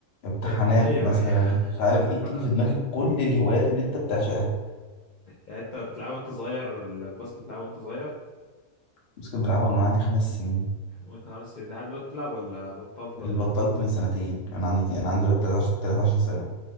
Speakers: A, on the left; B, on the left.
A: امتحانات
B: إيه- ايوه
A: مثلا
B: ايوه <laughs>
A: مش عارف
B: عارف
A: ايه تيجي
B: انا ال...
A: في دماغك كل الهوايات اللي انت بتعشقها
B: يعني انت بتلعبها وانت صغير الباسكت بتلعبها وانت صغير
A: بس كنت بلعبها من وأنا عندي خمس سنين
B: وانت خمس سنين لحد دلوقتي بتلعب ولا بطلت ولا
A: اللي بطلت
B: إيه؟
A: من سنتين انا عندي انا عندي دلوقتي 23 سنه